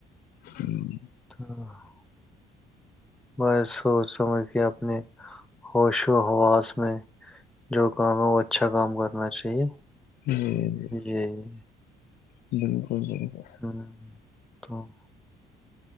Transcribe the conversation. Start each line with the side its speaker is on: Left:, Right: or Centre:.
Left: کی۔
Centre: تو <inaudible> بس سوچ سمجھ کے اپنے ہوش و ہوواس میں جو کام ہے وہ اچھا کام کرنا چاہیے
Left: ہی جی
Centre: یہی
Left: جی <inaudible>
Centre: ہم، تو <inaudible>